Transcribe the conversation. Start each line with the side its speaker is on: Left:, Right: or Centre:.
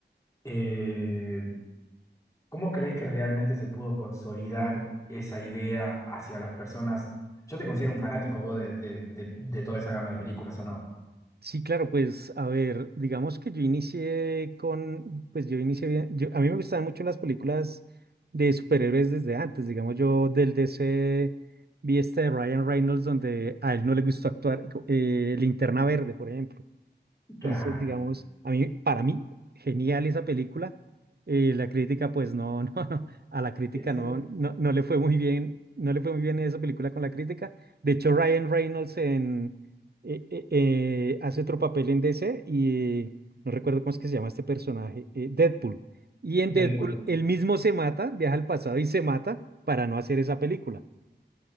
Left: eh, ¿cómo crees que realmente se pudo consolidar esa idea hacia las personas? Yo te considero un fanático vos de, de, de, de toda esa gama de películas, ¿o no?
Right: Sí, claro, pues a ver, digamos que yo inicié con, pues yo inicié bien, yo- a mí me gustaban mucho las películas de superhéroes desde antes, digamos yo del DC vi esta de Ryan Reynolds donde a él no le gustó actuar, co- eh, Linterna Verde, por ejemplo.
Left: Claro.
Right: Entonces, digamos, a mí, para mí, genial esa película. Eh, la crítica, pues no, <laughs> no, no, a la crítica
Left: Exacto.
Right: no, no, no le fue muy bien, no le fue muy bien esa película con la crítica. De hecho, Ryan Reynolds en, eh, eh, eh, hace otro papel en DC y eh, no recuerdo cómo es que se llama este personaje, eh, Deadpool. Y en
Left: Deadpool.
Right: Deadpool, él mismo se mata, viaja al pasado y se mata para no hacer esa película.